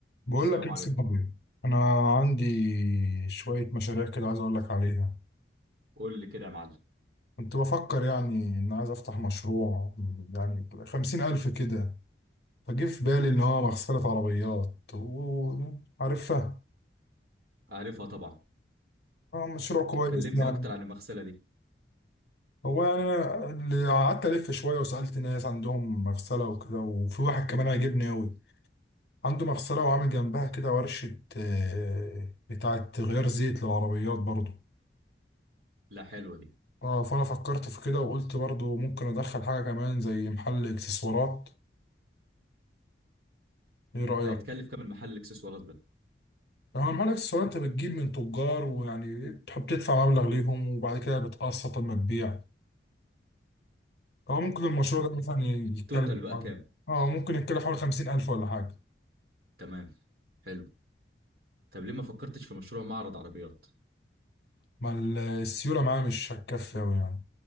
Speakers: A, on the left (about 65°); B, on the right (about 55°).
A: بقول
B: السلام
A: لك ايه
B: عليكم
A: يا صاحبي انا عندي شويه مشاريع كده عايز اقول لك عليها
B: قول لي كده يا معلم
A: كنت بفكر يعني ان عايز افتح مشروع يعني خمسين الف كده فجه في بالي ان هو مغسله عربيات وعارفها
B: عارفها طبعا
A: مشروع كويس
B: ك- كلمني
A: يعني
B: اكتر عن المغسله دي
A: هو يعني انا اللي قعدت الف شويه وسالت ناس عندهم مغسله وكده وفي واحد كمان عجبني قوي عنده مغسله وعامل جنبها كده ورشه آه، بتاعه غيار زيت للعربيات برضو
B: لا حلوه دي
A: اه فانا فكرت في كده وقلت برضو ممكن ادخل حاجه كمان زي محل اكسسوارات ايه رايك
B: هيتكلف كام المحل الاكسسوارات ده
A: يعني هو محل اكسسوارات انت بتجيب من تجار ويعني بتحب تدفع مبلغ ليهم وبعد كده بتقسط لما تبيع هو ممكن المشروع
B: طب الت-
A: ده مثلا يتكلف
B: التوتال بقى
A: حوالي
B: كام
A: اه ممكن يتكلف حوالي خمسين الف ولا حاجه
B: تمام حلو طب ليه ما فكرتش في مشروع معرض عربيات
A: ما ال- السيوله معاه مش هتكفي اوي يعني